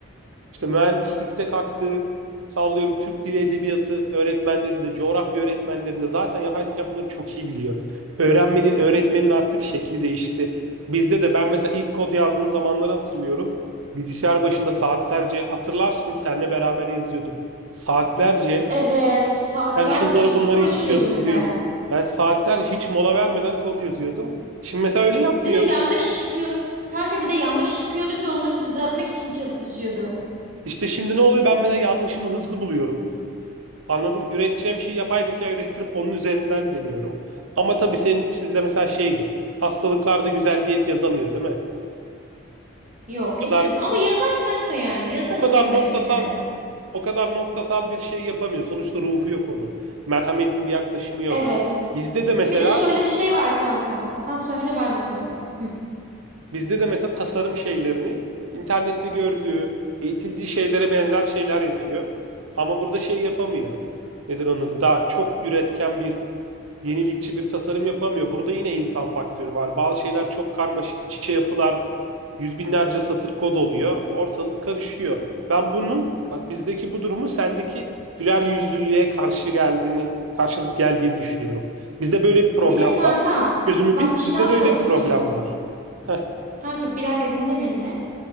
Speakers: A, on the right; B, on the right.
A: İşte mühendislikte kalktı. Sallıyorum Türk Dili Edebiyatı öğretmenlerinde, coğrafya öğretmenlerinde zaten yapay zeka bunları çok iyi biliyor. Öğrenmenin, öğretmenin artık şekli değişti. Bizde de ben mesela ilk kod yazdığım zamanları hatırlıyorum. Bilgisayar başında saatlerce hatırlarsın seninle beraber yazıyorduk. Saatlerce
B: Evet saatlerce
A: ben şunları
B: çok
A: bunları
B: uğraşıyordum
A: istiyordum
B: bir de.
A: diyordum. Ben saatlerce hiç mola vermeden kod yazıyordum. Şimdi mesela öyle yapmıyorum.
B: Bir de yanlış çıkıyor. Kanka bir de yanlış çıkıyordu bir de onları düzeltmek için çalışıyordum.
A: İşte şimdi ne oluyor? Ben mesela yanlışımı hızlı buluyorum. Anladım. Üreteceğim şeyi yapay zeka ürettirip onun üzerinden deniyorum. Ama tabii senin sizde mesela şeydi. Hastalıklarda güzel diyet yazamıyor, değil mi?
B: Yok
A: O kadar
B: hiç yazar. Ama yazar kanka yani. Yazar
A: o kadar
B: onu
A: noktasal
B: da ileride.
A: o kadar noktasal bir şey yapamıyor. Sonuçta ruhu yok onun. Merhametli bir yaklaşımı yok.
B: Evet.
A: Bizde de mesela
B: Bir de şöyle bir şey var kanka. Sen söyle ben de söyleyeyim. Hı.
A: bizde de mesela tasarım şeylerini internette gördüğü, eğitildiği şeylere benzer şeyler yapıyor. Ama burada şey yapamıyor. Nedir onun adı? Daha çok üretken bir yenilikçi bir tasarım yapamıyor. Burada yine insan faktörü var. Bazı şeyler çok karmaşık, iç içe yapılar, yüz binlerce satır kod oluyor. Ortalık karışıyor. Ben bunun, bak bizdeki bu durumu sendeki güler yüzlülüğe karşı geldiğini, karşılık geldiğini düşünüyorum. Bizde böyle bir problem
B: Bir de kanka
A: var. Çözümü
B: bak
A: biz,
B: bir şey
A: sizde
B: daha söyleyeceğim.
A: de öyle bir problem var. Heh.
B: Kanka bir dakika dinle beni de.